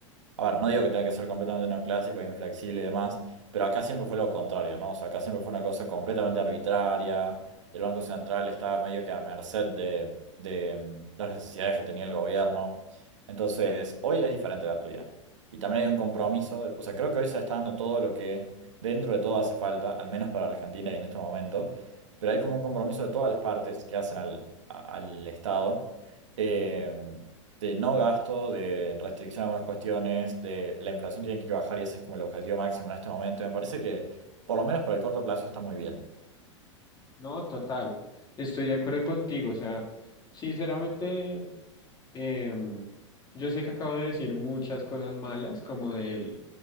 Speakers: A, on the right; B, on the left.
A: a ver, no digo que tenga que ser completamente neoclásico e inflexible y demás, pero acá siempre fue lo contrario, ¿no? O sea, acá siempre fue una cosa completamente arbitraria. El Banco Central estaba medio que a merced de, de, mm, las necesidades que tenía el gobierno. Entonces, hoy es diferente la realidad. Y también hay un compromiso, de- o sea, creo que hoy se está dando todo lo que dentro de todo hace falta, al menos para Argentina y en este momento, pero hay como un compromiso de todas las partes que hacen al, a- al Estado. em, de no gasto, de restricción a algunas cuestiones, de la inflación tiene que bajar y ese es como el objetivo máximo en este momento. Y me parece que, por lo menos por el corto plazo, está muy bien.
B: No, total. Estoy de acuerdo contigo. O sea, sinceramente, em, yo sé que acabo de decir muchas cosas malas, como del